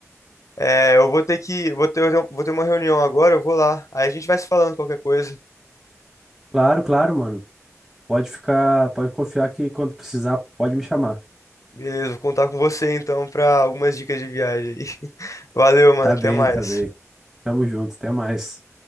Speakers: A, on the left (about 80°); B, in the centre.
A: É, eu vou ter que, vou ter, vou ter uma reunião agora, eu vou lá. Aí a gente vai se falando qualquer coisa.
B: Claro, claro, mano. Pode ficar, pode confiar que quando precisar, pode me chamar.
A: Beleza, vou contar com você então para algumas dicas de viagem aí. <laughs> Valeu, mano,
B: Tá bem,
A: até mais.
B: tá bem. Tamo junto, até mais.